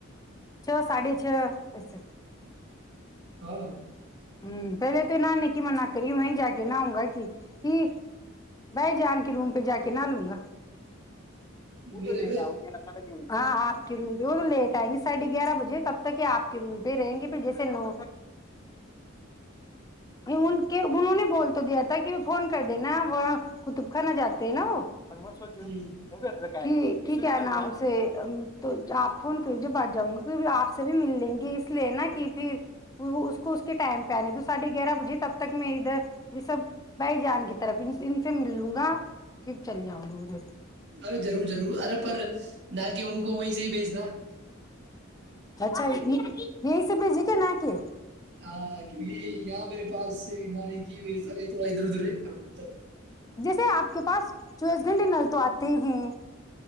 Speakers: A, on the left (about 20°); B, on the right (about 60°).
A: چھ ساھے چھسے
B: ہاں
A: ہوں پہلے تو نہان نے کی مننا کری میں ہی جا کے نہاؤں گا کہ کہ بائی جانک روم پہ جا کے نہ لوں گا وہ
B: میرے
A: تو دےاؤ
B: پہ
A: گا س ہاں آپ کے روم پہ وہ تو لیٹ آئیں گے ساڑھے گیارہ بجے تب تک ہی آپ کے روم پہ رہیں گے پھر جیسے نو ان کے انہوں نے بول تو دیا تھا کہ وہ فون کر دینا وہ قطب خان جاتے ہیں نا وہ م سوچو م
B: ہوں
A: بھی ات کیا ہے نام سے تو آپ فون کری جب آد جاؤں گی کی آپ سے بھی مل لیں گے اس لیے نا کہ پھر اس کو اس کے ٹائم پہ آنے دو ساڑھے گیارہ بجے تب تک میں ادھر رب بھائی جان کی طرف ان سے مل لوں گا پھر چل جاؤں گا ادھر
B: ارے ضرور ضرور ارے پر نہ کہ ان کو وہیں سے ہی بھیجنا <inaudible>
A: اچھا یہ یہی س بھیجی کیا ن کے
B: ہاں کی یہاں میرے پاساری ج و س گئی تھوڑا ادھر ادھر ہے کام تو
A: سے آپ کے پاس چوبیس گھنٹے نل تو آتے ہیں